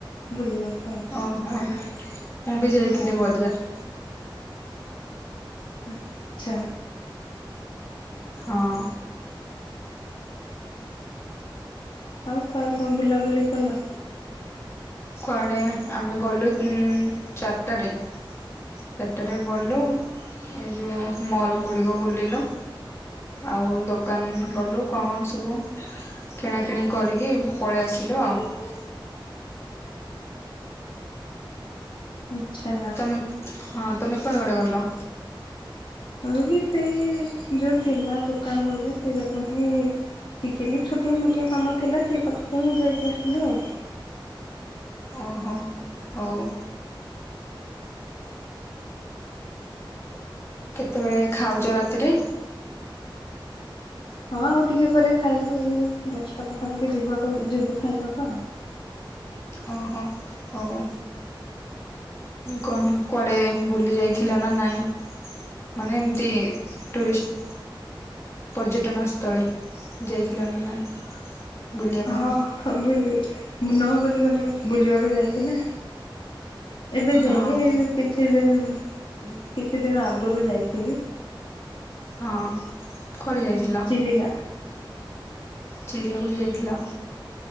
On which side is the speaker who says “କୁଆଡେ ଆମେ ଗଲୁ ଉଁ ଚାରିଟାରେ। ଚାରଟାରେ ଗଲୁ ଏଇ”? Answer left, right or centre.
Left